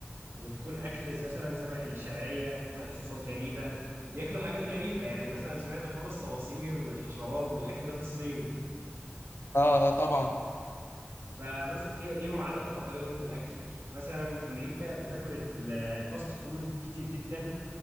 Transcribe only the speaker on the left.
اه آه، طبعا